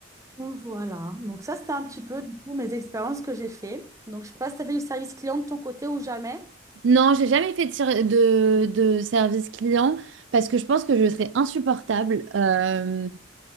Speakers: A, on the right; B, on the right.
A: Donc voilà, donc ça c'était un petit peu du coup mes expériences que j'ai fait. Donc je sais pas si tu as fait du service client de ton côté ou jamais.
B: Non, j'ai jamais fait de, ser- de, de service client parce que je pense que je serais insupportable. euh,